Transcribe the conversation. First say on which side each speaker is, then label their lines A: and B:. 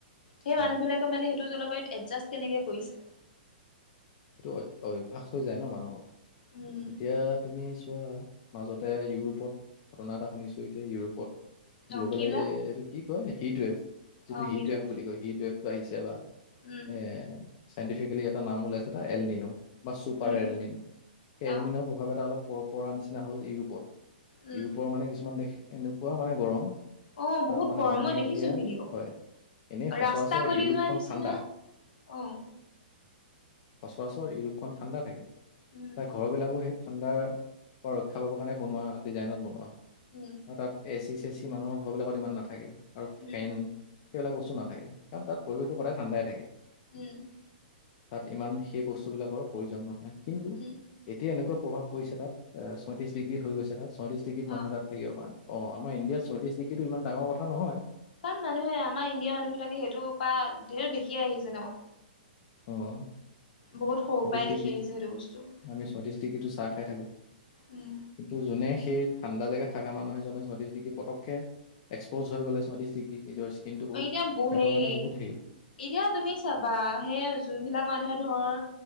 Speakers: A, on the left (about 65°); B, on the left (about 35°).
A: সেই
B: হয়
A: মানুহ বিলাকে মানে সেইটো জলবায়ু এজাষ্ট কেনেকে কৰিছে।
B: এইটো অভ অভ্যাস হৈ যায় ন' মানুহৰ।
A: উম।
B: এতিয়া তুমি চোৱা মাজতে ইউৰোপত ঘটনা এটা শুনিছো এতিয়া ইউৰোপত, গ্ল'বেলাইজ
A: অ কি বা
B: এইটো কি কয় হিট ৱেফ যিটো
A: অ
B: হিট
A: সেইটোৱে
B: ৱেফ বুলি কয় হিট ৱেফটো আহিছে এবাৰ।
A: উম
B: এ চাইণ্টিফিকেলি এটা নাম ওলাইছে এটা এলনিনো। বা ছুপাৰ
A: উম
B: এললিন, এললিনৰ
A: অ
B: প্ৰভাৱ এটা অলপ পৰ পাৰ নিচিনা হ'ল ইউৰোপত।
A: উম
B: ইউৰোপৰ মানে কিছুমান দেশ এনেকুৱা মানে গৰম।
A: অ'
B: তাত
A: বহুত
B: মানে
A: গৰমত
B: মানুহে
A: দেখিছো
B: এতিয়া
A: ভিডিঅ',
B: হয় এনেই সচৰাচৰ
A: ৰাস্তা গলি
B: ইউৰোপখন
A: যোৱা নিচিনা।
B: ঠাণ্ডা
A: অ'।
B: সচৰাচৰ ইউৰোপখন ঠাণ্ডা থাই
A: উম
B: ঘৰবিলাকো সেই ঠাণ্ডাৰ পৰা ৰক্ষা পাবৰ কাৰণে বনোৱা ডিজাইনত বনোৱা হয়।
A: উম।
B: আৰু তাত এ চি চেচি মানুহৰ ঘৰ বিলাকত ইমান নাথাকে আৰু
A: উম
B: ফেন সেইবিলাক বস্তু নাথাকে। কাৰণ তাত পৰিৱেশটো সদায় ঠাণ্ডাই থাকে।
A: হম।
B: তাত ইমান সেই বস্তুবিলাকৰ প্ৰয়োজন নহয় কিন্তু
A: উম
B: এতিয়া এনেকুৱা প্ৰভাৱ পৰিছে তাত। অ' ছয়ত্ৰিশ
A: উম
B: হৈ গৈছে তাত ছয়ত্ৰিশ ডিগ্ৰীত মানুহে
A: অ
B: তাত থাকিব পাৰা নাই অ' আমাৰ ইণ্ডিয়াৰ ছয়ত্ৰিশ ডিগ্ৰীটো ইমান ডাঙৰ কথা নহয়।
A: কাৰণ মানুহে আমাৰ ইণ্ডিয়াৰ মানুহ বিলাকে সেইটোৰ পা সেইটো দেখিয়াই আহিছে ন'।
B: অ'।
A: বহুত সৰু
B: ছয়ত্ৰিশ
A: পাই
B: ডিগ্ৰীত
A: দেখি আহিছো সেইটো বস্তু।
B: আমি ছয়ত্ৰিশ ডিগ্ৰীটো চাহ খাই থাকোঁ।
A: উম।
B: কিন্তু যোনে সেই ঠাণ্ডা জেগাত থকা মানুহ এজনে ছয়ত্ৰিশ ডিগ্ৰী পতকে। এক্সপ'জ হৈ গ'লেিগ্ৰী নিজৰ স্কিনটো। বহুত
A: অ এতিয়া বহেই।
B: সিহঁতৰ কাৰণে বহুত হেৰি
A: এতিয়া তুমি চাবা সেই যোনবিলাক মানুহে ধৰ।